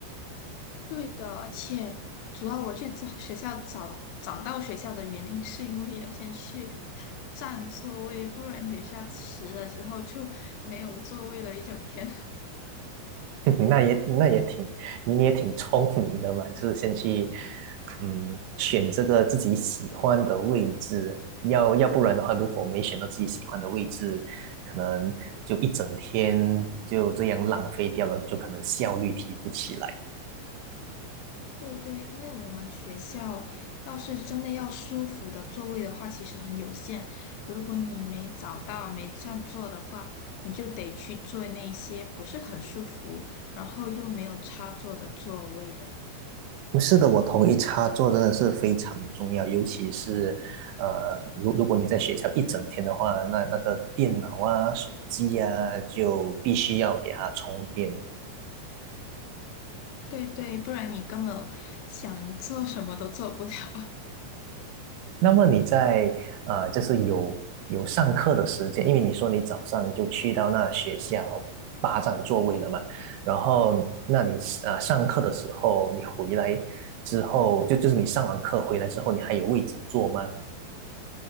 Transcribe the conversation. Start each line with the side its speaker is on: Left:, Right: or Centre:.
Left: 对的，而且主要我去找学校找找到学校的原因，是因为要先去占座位，不然等一下迟了之后就没有座位了一整天。
Right: <laughs> 那也那也挺，你你也挺聪明的嘛，就是先去，嗯，选这个自己喜欢的位置，要要不然的话，如果没选到自己喜欢的位置，可能就一整天就这样浪费掉了，就可能效率提不起来。
Left: <laughs> 对对，因为我们学校要是真的要舒服的座位的话，其实很有限。如果你没找到、没占座的话，你就得去坐那些不是很舒服，然后又没有插座的座位了。
Right: 是的，我同意，插座真的是非常重要，尤其是，呃，如如果你在学校一整天的话，那那个电脑啊、手机啊，就必须要给它充电，
Left: 对对，不然你根本想做什么都做不了。<laughs>
Right: 那么你在呃，就是有有上课的时间，因为你说你早上就去到那学校霸占座位了嘛，然后那你呃上课的时候，
Left: 嗯，
Right: 你回来之后，就就是你上完课回来之后，你还有位置坐吗？